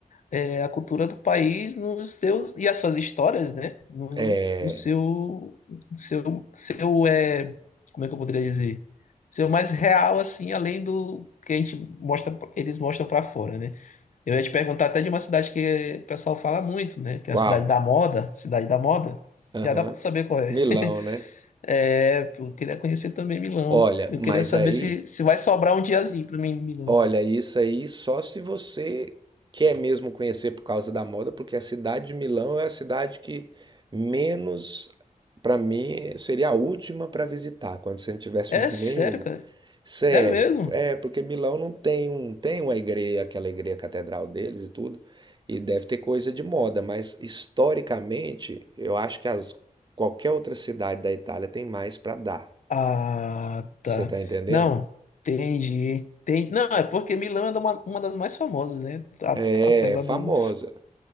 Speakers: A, on the left; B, on the right.
A: é, a cultura do país nos seus e as suas histórias, né? No,
B: É,
A: no seu, seu, seu é, como é que eu poderia dizer? Seu mais real, assim, além do que a gente mostra, eles mostram pra fora, né? Eu ia te perguntar até de uma cidade que o pessoal fala muito, né? Que
B: qual?
A: é a cidade da moda, cidade da moda.
B: Aham.
A: Já dá pra tu saber qual é.
B: Milão, né?
A: É, eu queria conhecer também Milão.
B: Olha,
A: Eu
B: mas
A: queria saber
B: aí,
A: se, se vai sobrar um diazinho pra mim em Milão.
B: olha, isso aí só se você quer mesmo conhecer por causa da moda, porque a cidade de Milão é a cidade que menos, para mim, seria a última para visitar, quando você não tivesse
A: É
B: mais <laughs> nenhuma.
A: sério, cara?
B: Sério,
A: É mesmo?
B: é porque Milão não tem um, tem uma igreja, aquela igreja catedral deles e tudo, e deve ter coisa de moda, mas historicamente eu acho que as- qualquer outra cidade da Itália tem mais para dar.
A: Ah, tá.
B: Você tá entendendo?
A: Não, entendi. Tem, não, é porque Milão é uma, uma das mais famosas, né? A-
B: É,
A: apesar
B: é famosa.
A: do.